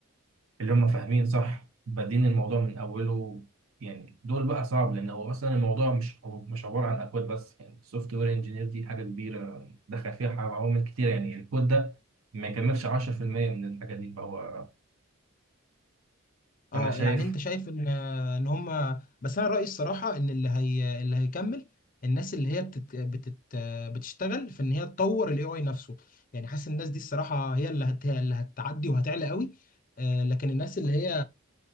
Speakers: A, on the right (about 75°); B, on the left (about 40°).
A: اللي هم فاهمين صح بادين الموضوع من اوله يعني دول بقى صعب لان هو اصلا الموضوع مش مش عباره عن اكواد بس يعني السوفت وير انجينير دي حاجه كبيره دخل فيها عوامل كتير يعني الكود ده ما يكملش 10% من الحاجه دي فهو
B: اه
A: فانا شايف
B: يعني انت شايف ان ان هم بس انا رايي الصراحه ان اللي هي اللي هيكمل الناس اللي هي بتت... بتت... بتشتغل في ان هي تطور الاي اي نفسه يعني حاسس الناس دي الصراحه هي اللي هت... اللي هتعدي وهتعلى قوي آه، لكن الناس اللي هي